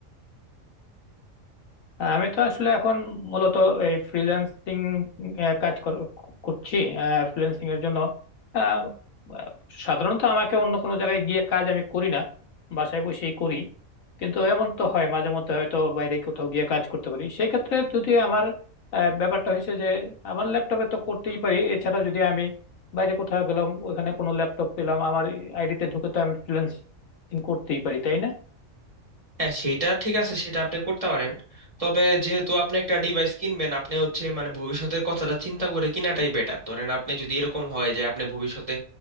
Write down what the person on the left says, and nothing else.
হ্যাঁ, আমি তো আসলে এখন মূলত এই ফ্রিল্যান্সিং কাজ কর- করছি ফ্রিল্যান্সিং এর জন্য আহ, আহ, সাধারণত আমাকে অন্য কোনো জায়গায় গিয়ে কাজ আমি করি না বাসায় বসেই করি কিন্তু এমন তো হয় মাঝে মধ্যে হয়তো বাইরে কোথাও গিয়ে কাজ করতে পারি সেই ক্ষেত্রে যদি আমার আহ, ব্যাপারটা হয়েছে যে আমার ল্যাপটপে তো করতেই পারি এছাড়া যদি আমি বাইরে কোথাও গেলাম ওখানে কোনো ল্যাপটপ পেলাম আমার আইডিতে ঢুকে তো আমি ফ্রিল্যান্সিং করতেই পারি তাই না